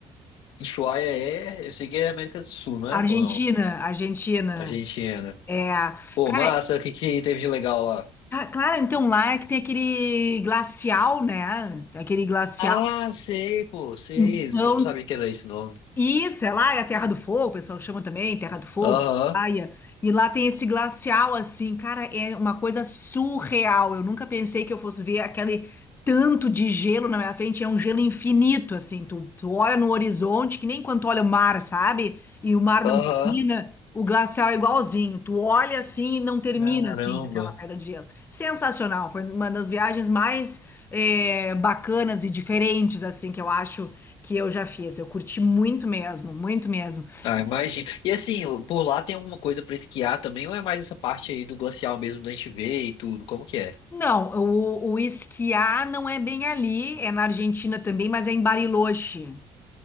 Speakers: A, on the left (about 80°); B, on the left (about 30°).
A: Ushuaia é, eu sei que é América do Sul, não
B: Argentina,
A: é? Ou não?
B: Argentina.
A: Argentina.
B: É,
A: Pô,
B: cara,
A: massa, o que que teve de legal lá?
B: Ah, claro, então lá é que tem aquele glacial, né? Tem Aquele glacial.
A: Ah, sei, pô, sei.
B: Então,
A: Eu não sabia que era esse nome.
B: isso, é lá é a Terra do Fogo, o pessoal chama também, Terra do Fogo,
A: Aham,
B: praia. E lá tem esse glacial, assim, cara, é uma coisa surreal. Eu nunca pensei que eu fosse ver aquele tanto de gelo na minha frente. É um gelo infinito, assim. Tu, tu olha no horizonte, que nem quando tu olha o mar, sabe? E o mar
A: aham.
B: não termina. O glacial é igualzinho. Tu olha assim e não termina
A: Caramba.
B: assim aquela pedra de gelo. Sensacional. Foi uma das viagens mais eh, bacanas e diferentes assim que eu acho que eu já fiz. Eu curti muito mesmo, muito mesmo.
A: Ah,
B: E,
A: imagina. E assim, por lá tem alguma coisa pra esquiar também, ou é mais essa parte aí do glacial mesmo da gente ver e tudo? Como que é?
B: Não, o, o esquiar não é bem ali. É na Argentina também, mas é em Bariloche.